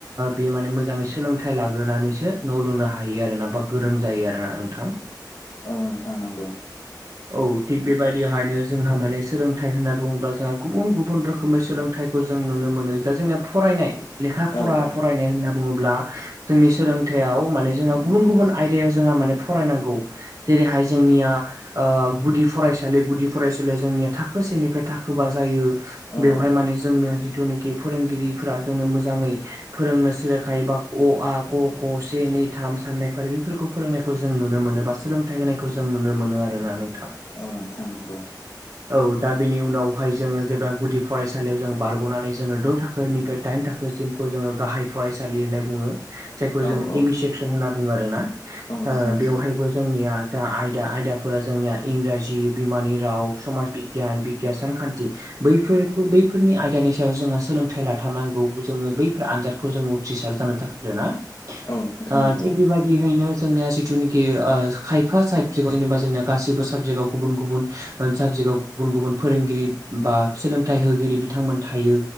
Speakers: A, on the right; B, on the left.
A: बेयो माने मोजाङै सोलोंथाइ लाग्रोनानैसो न' लुनो हायो आरो ना बा गोरों जायो आरोना नोंथां
B: औ नोंथां नंगौ
A: औ थिग बेबायदिहायनो जोंहा माने सोलोंथाइ होनना बुङोब्ला जोंहा गुबुन गुबुन रोखोमै सोलोंथाइ खौ जों नुनो मोनो दा जोंनिया फरायनाय लेखा फरा
B: औ औ
A: फरायनाय होनना बुङोब्ला जोंनि सोलोंथायाव माने जोंहा गुबुन गुबुन आय याव जोंहा माने फरायनांगौ जेरैहाय जोंनिया गुदि फरायसालि गुदि फरायसालिया जोंनिया थाखो सेनिफ्राय थाखोबा जायो
B: औ
A: बेवहाय माने जोंनो जिथुनाखि फोरोंगिरिफोरा जोंनो मोजाङै फोरोंनो सोलोखाय बा अ आ ग खौ से नै थाम साननै फारि बेफोरखौ खौ फोरोंनायखौ जों नुनो मोनो बा सोलोंथाइ होनायखौ जों नुनो मोनो आरोना नोंथां
B: गनानै थांनांगौ
A: औ दा बेनि उनावहाय जोङो जेबा गुदि फरायसालियाव जों बारग'नानै जोङो द' थाखो फोरनिफ्राय दाइन थाखोसिमखौ जोङो गाहाय फरायसालि होननाय बुङो जायखौ
B: औ
A: जोङो
B: औ
A: एम इ सेक्सन होनना बुङो आरोना
B: औ नोंथां नंगौ
A: बेवहायबो जोंनिया जा आयदा आयदाफोरा जोंनिया इंराजि बिमानि राव समाज बिगियान केसान खान्थि बैफोरखौ बैफोरनि आयदानि सायाव जोंहा सोलोंथाइ लाथारनांगौ जोङो बैफोर आनजाद जों उथ्रिसार जा
B: औ नोंथां
A: <unintelligible>
B: नंगौ
A: थिग बेबायदियैनो जोंनिया जिथुनिखि खायफा साबजेक्टआव जेनेबा जोंनिया गासिबो साबजेक्टआव गुबुन गुबुन साबजेक्ट गुबुन गुबुन फोरोंगिरि बा सोलोंथाइ होगिरि बिथांमोन थायो